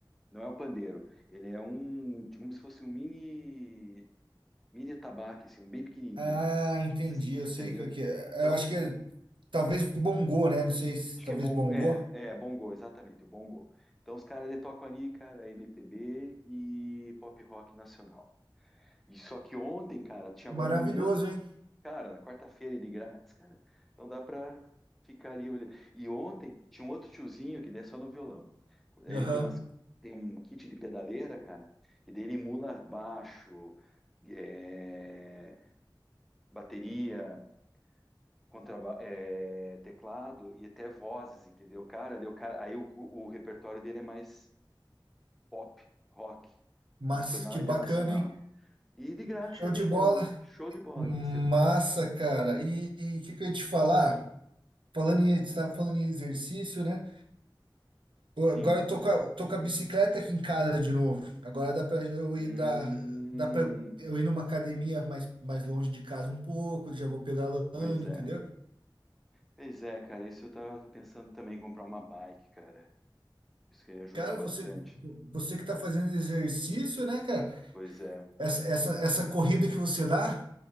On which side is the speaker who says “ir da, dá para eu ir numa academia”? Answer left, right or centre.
Right